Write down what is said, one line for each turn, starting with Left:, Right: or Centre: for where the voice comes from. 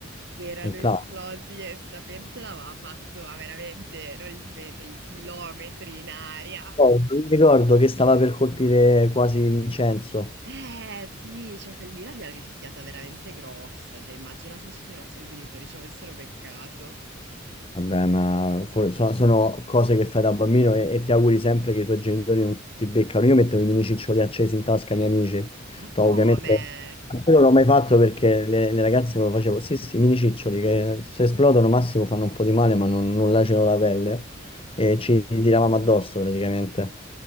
Right: che erano
Left: Un classico.
Right: esplosi e sta pentola aveva fatto ma veramente non i metri, chilometri in aria.
Left: Poi, mi ricordo che stava per colpire quasi Vincenzo.
Right: Eh sì, cioè quella lì l'abbiamo rischiata veramente grossa, cioè immagina se se i nostri genitori ci avessero beccato.
Left: Vabbè, ma for- so- sono cose che fai da bambino e, e ti auguri sempre che i tuoi genitori non ti beccano. Io mettevo i mini ciccioli accesi in tasca ai miei amici.
Right: Ma come?
Left: No, ovviamente io non l'ho mai fatto perché le, le ragazze non lo facevo. Sì, sì, i mini ciccioli che se esplodono massimo fanno un po' di male, ma non, non lacerano la pelle. E ci tiravamo addosso praticamente.